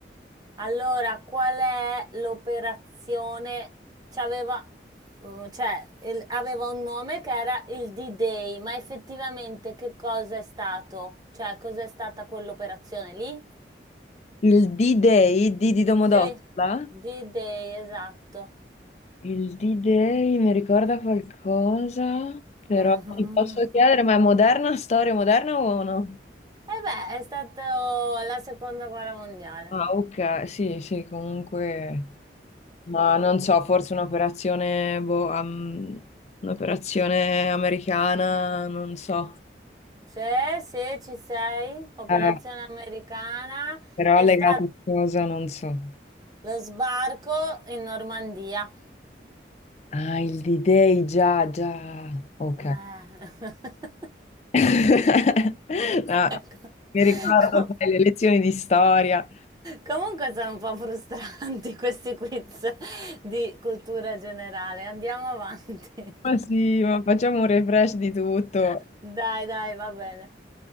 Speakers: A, on the right (about 20°); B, on the left (about 40°).
A: Allora, qual è l'operazione? C'aveva, mm, cioè, il- aveva un nome che era il D-Day, ma effettivamente che cosa è stato? Cioè, cos'è stata quell'operazione lì?
B: Il D-Day, D di Domodossola?
A: Sì, D-Day, esatto.
B: il D-Day mi ricorda qualcosa, però
A: Mhm.
B: ti posso chiedere,
A: <laughs>
B: ma è moderna, storia moderna o no?
A: E beh, è stata la seconda guerra mondiale.
B: Ah, ok, sì, sì, comunque, ma non so, forse un'operazione, boh, am- un'operazione americana, non so.
A: Sì, sì, ci sei. Operazione
B: Eh,
A: americana.
B: però
A: È
B: legata
A: stato
B: a cosa, non so.
A: lo sbarco in Normandia.
B: Ah, il D-Day, già, già, ok.
A: Eh. <laughs>
B: <laughs> No,
A: Co-
B: mi ricordo
A: co-
B: sai, le lezioni di storia.
A: comunque sono un po' frustranti <laughs> questi quiz di cultura generale. Andiamo avanti.
B: Ma sì,
A: <laughs>
B: ma facciamo un refresh di tutto.
A: Dai, dai, va bene.